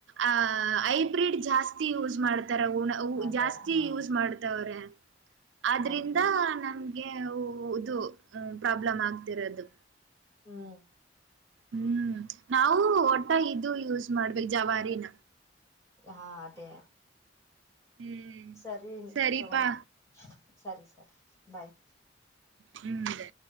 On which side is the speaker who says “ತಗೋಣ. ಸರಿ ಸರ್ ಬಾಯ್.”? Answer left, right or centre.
Left